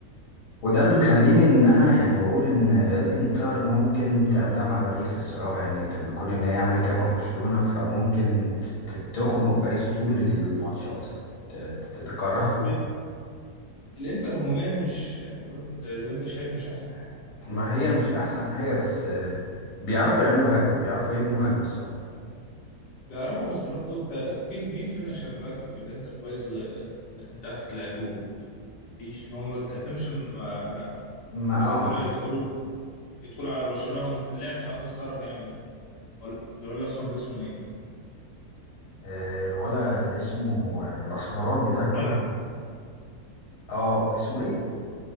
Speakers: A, on the left; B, on the left.
A: وده اللي مخليني ان انا يعني بقول ان الانتر ممكن تعملها مع باريس الصراحة يعني تكون ان هي عملت كده مع برشلونة فممكن ت- ت- تخنق باريس طول الماتش اصلا ت- ت- تكرهها
B: بس الانتر هجوميا مش برضه انت زي ما انت شايف مش احسن
A: ما هي مش احسن حاجه بس آه، بيعرفوا يعملوا هجمه بيعرفوا يبنوا هجمه الصراحه
B: بيعرفوا بس برضو ك... في مين فينشر دلوقتي في الانتر كويس غ... انت عارف تلعبوا مفيش هم كفينشر ما... لا
A: ما
B: كذا كرة
A: اه ما عند-
B: يدخلوا يدخلوا على برشلونة ومش اللاعب مش عارف يتصرف يعمل ايه ولا ولا الاسمر ده اسمه ايه
A: آه، الولا اللي اسمه الاسمراني ده الولا
B: راجل.
A: اه اسمه ايه